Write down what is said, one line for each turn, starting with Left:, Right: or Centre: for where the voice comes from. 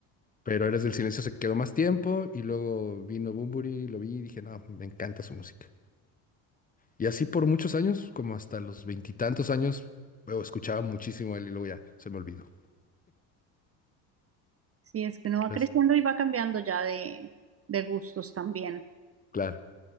Left: Pero Héroes del Silencio se quedó más tiempo y luego vino Bunbury, lo vi y dije, no, me encanta su música. Y así por muchos años, como hasta los veintitantos años, luego escuchaba muchísimo a él y luego ya se me olvidó.
Right: Sí, es que uno
Left: Entonces,
Right: va creciendo y va cambiando ya de, de gustos también.
Left: claro,